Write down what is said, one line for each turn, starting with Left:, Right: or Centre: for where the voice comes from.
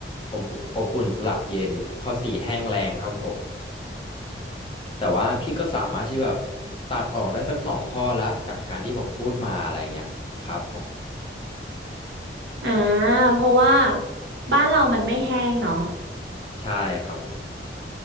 Left: อมอบอุ่นสลับเย็นข้อสี่แห้งแรงครับผมแต่ว่าพี่ก็สามารถที่แบบตัดออกได้สักสองข้อละจากการที่ผมพูดมาอะไรเงี้ยครับผม
Right: อ่าเพราะว่าบ้านเรามันไม่แห้งเนาะ
Left: ใช่ครับผม